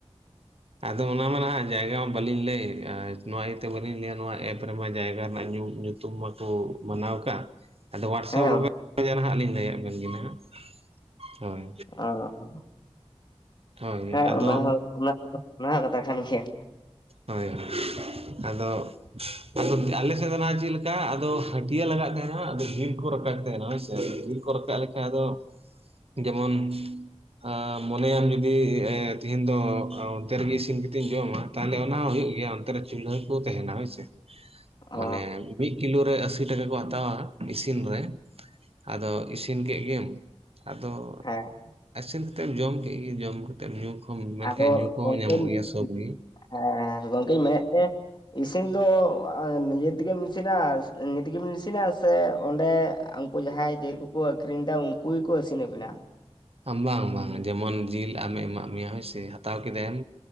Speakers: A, on the right (about 60°); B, on the left (about 45°).
A: ᱟᱫᱚ ᱚᱱᱟ ᱢᱟ ᱱᱟᱦᱟᱜ ᱡᱟᱭᱜᱟ ᱢᱟ ᱵᱟᱹᱞᱤᱧ ᱞᱟᱹᱭ ᱮᱜ-ᱟ ᱱᱚᱣᱟ ᱤᱭᱟᱹᱛᱮ ᱵᱟᱹᱞᱤᱧ ᱞᱟᱹᱭᱟ ᱱᱚᱣᱟ ᱮᱯ ᱨᱮᱢᱟ ᱡᱟᱭᱜᱟ ᱨᱮᱱᱟᱜ ᱧᱩᱢ ᱧᱩᱛᱩ ᱛᱩᱢ ᱢᱟᱠᱚ ᱢᱟᱱᱟᱣ ᱠᱟᱜ᱾ ᱟᱫᱚ ᱦᱳᱣᱟᱴᱥᱟᱯ
B: ᱦᱮᱸ
A: <inaudible>
B: ᱚ
A: ᱱᱟᱦᱟᱜ ᱞᱤᱧ ᱞᱟᱹᱭᱟ ᱵᱮᱱ ᱜᱮ ᱱᱟᱦᱟᱜ, ᱦᱳᱭ
B: ᱚ
A: ᱦᱳᱭ
B: ᱦᱮᱸ
A: ᱟᱫᱚ
B: ᱚᱱᱟ ᱦᱚᱸ ᱚᱱᱟ ᱦᱚᱸ ᱠᱟᱛᱷᱟ ᱠᱟᱱ ᱜᱮᱭᱟ
A: ᱦᱳᱭ ᱟᱫᱚ ᱟᱫᱚ ᱟᱞᱮ ᱥᱮᱫ ᱫᱚ ᱱᱟᱦᱟᱜ ᱪᱤᱜᱞᱮᱠᱟ ᱟᱫᱚ ᱦᱟᱹᱴᱭᱟᱹ ᱞᱟᱜᱟᱜ ᱛᱟᱦᱮᱱᱟ ᱟᱫᱚ ᱡᱤᱞ ᱠᱚ ᱨᱟᱠᱟᱵ ᱛᱟᱦᱮᱱᱟ ᱦᱳᱭ ᱥᱮ ᱠᱚ ᱨᱟᱠᱟᱜ ᱞᱮᱠᱷᱟᱡ ᱟᱫᱚ ᱡᱮᱢᱚᱱ ᱟ ᱢᱚᱱᱮᱭᱟᱢ ᱡᱩᱫᱤ ᱛᱤᱦᱤᱧ ᱫᱚ ᱚᱱᱛᱮ ᱨᱮᱜᱮ ᱤᱥᱤᱱ ᱠᱟᱛᱮᱤᱧ ᱡᱚᱢᱟ ᱛᱟᱦᱚᱞᱮ ᱚᱱᱟ ᱦᱚᱸ ᱦᱩᱭᱩᱜ ᱜᱮᱭᱟ ᱚᱱᱛᱮ ᱨᱮ ᱪᱩᱞᱦᱟᱹ ᱠᱚ ᱛᱟᱸᱦᱮᱱᱟ ᱦᱚᱭᱥᱮ,
B: ᱚ
A: ᱢᱟᱱᱮ ᱢᱤᱫᱼᱼ ᱠᱤᱞᱳ ᱨᱮ ᱟᱥᱤ ᱴᱟᱠᱟ ᱠᱚ ᱦᱟᱛᱟᱣᱟ ᱤᱥᱤᱱ ᱨᱮ ᱾ ᱟᱫᱚ ᱤᱥᱤᱱ ᱠᱮᱫ ᱜᱮᱢ, ᱟᱫᱚᱼᱼ
B: ᱦᱮᱸ ᱾
A: ᱤᱥᱤᱱ ᱠᱟᱛᱮᱫ ᱡᱚᱢ ᱠᱮᱫ ᱜᱮ, ᱡᱚᱢ ᱠᱟᱛᱮᱫ ᱧᱩ ᱠᱚᱦᱚᱢ ᱢᱮᱱᱠᱷᱟᱱ
B: ᱟᱫᱚ
A: ᱧᱩ ᱠᱚᱦᱚᱸ
B: ᱜᱚᱝᱠᱮᱧ
A: ᱧᱟᱢᱚᱜ ᱜᱮᱭᱟ ᱥᱚᱵᱽ ᱜᱮ ᱾
B: ᱦᱮᱸ ᱜᱚᱝᱠᱮᱧ ᱢᱮᱱᱮᱫ ᱛᱮᱦᱮᱸᱫᱼᱼ ᱤᱥᱤᱱ ᱫᱚ ᱮ ᱱᱤᱡᱮ ᱛᱮᱜᱮᱢ ᱤᱥᱤᱱᱟ ᱱᱤᱡᱮ ᱛᱮᱜᱮᱢ ᱤᱥᱤᱱᱟ ᱥᱮ ᱚᱸᱰᱮ ᱟᱹᱼᱼ ᱟᱠᱩ ᱡᱟᱦᱟᱸᱭ ᱡᱤᱞ ᱠᱚᱠᱚ ᱟᱹᱠᱷᱨᱤᱧ ᱮᱫᱟ ᱩᱱᱠᱩ ᱜᱮᱠᱚ ᱤᱥᱤᱱᱟ ᱵᱤᱱᱟ?
A: ᱵᱟᱝ ᱵᱟᱝ ᱡᱮᱢᱚᱱ ᱡᱤᱞ ᱟᱢᱮ ᱮᱢᱟᱜ ᱢᱮᱭᱟ ᱦᱳᱭ ᱥᱮ, ᱦᱟᱛᱟᱣ ᱠᱮᱫᱟᱭᱟᱢᱼᱼ